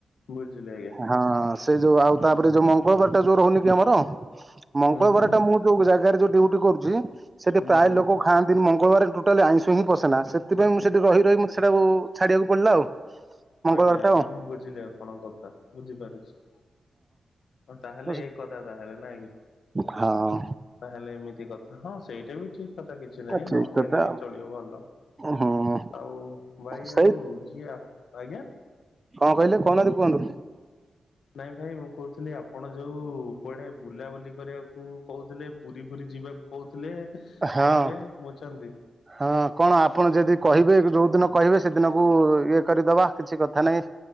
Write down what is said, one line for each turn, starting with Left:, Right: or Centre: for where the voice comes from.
Left: ବୁଝିଲି ଆଜ୍ଞା।
Right: ହଁ ସେ ଯୋଉ ଆଉ ତାପରେ ଯୋଉ ମଙ୍ଗଳବାର ଟା ଯୋଉ ରହୁନି କି ଆମର ମଙ୍ଗଳବାର
Left: ହୁଁ ହୁଁ
Right: ଟା ମୁଁ ଯୋଉ ଜାଗାରେ ଯୋଉ ଡିଉଟି କରୁଚି ସେଠି
Left: ହୁଁ
Right: ପ୍ରାୟ
Left: ହୁଁ
Right: ଲୋକ ଖାଆନ୍ତିନି ମଙ୍ଗ ଗଳବାରେ ଟୋଟାଲି ଆଇଁଷୁ ହିଁ ପଶେନା ସେଥିପାଇଁ ମୁଁ ସେଠି ରହି ରହି ମତେ ସେଟାକୁ ଛାଡ଼ିବାକୁ ପଡ଼ିଲା ଆଉ। ମଙ୍ଗଳବାର
Left: ଆଜ୍ଞା
Right: ଟା
Left: ଆଜ୍ଞା
Right: ଆଉ
Left: ମୁଁ ବୁଝିଲି ଆପଣଙ୍କ କଥା ବୁଝିପାରୁଚି। ଅ ତାହେଲେ
Right: ହଁ
Left: ଏ କଥା ତାହେଲେ ନା କି।
Right: ହଁ
Left: ତାହେଲେ ଏମିତି କଥା ହଁ ସେଇଟା ବି ଠିକ କଥା କିଛି ନାହିଁ ନ
Right: ଠିକ କଥା
Left: ଖାଇଲେ ବି
Right: ଆଉ
Left: ଚଳିବ ଭଲ।
Right: ହୁଁ
Left: ଆଉ ଭାଇ
Right: ସେଇ
Left: ଆଉ ଇଏ ଆ ଆଜ୍ଞା
Right: କଣ କହିଲେ କହୁନାହାନ୍ତି କୁହନ୍ତୁ।
Left: ନାଇଁ ଭାଇ ମୁଁ କହୁଥିଲି ଆପଣ ଯୋଉ କୁଆଡେ ବୁଲାବୁଲି କରିବାକୁ କହୁଥିଲେ ପୁରୀ ପୁରୀ ଯିବାକୁ କହୁଥିଲେ
Right: ହଁ
Left: ମଝିରେ ବୁଝୁଚନ୍ତି
Right: ହଁ କଣ ଆପଣ ଯଦି କହିବେ ଯୋଉ ଦିନ କହିବେ ସେଦିନକୁ ଇଏ କରିଦବା କିଛି କଥା ନାଇଁ